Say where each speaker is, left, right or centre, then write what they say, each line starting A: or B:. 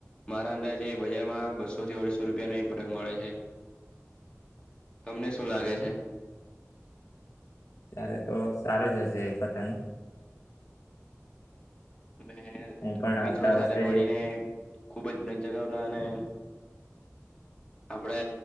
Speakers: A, on the left; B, on the left.
A: મારા અંદાજે બજારમાં બસો થી ઓઢીસો રૂપિયા નું એક પતંગ મળે છે. તમને શું લાગે છે.
B: ત્યારે તો સારો જ હશે એ પતંગ,
A: મે
B: હું પણ
A: મિત્રો
B: આવતા
A: સાથે
B: વર્ષે
A: મળીને ખુબ જ પતંગ જગાવતા અને, આપડે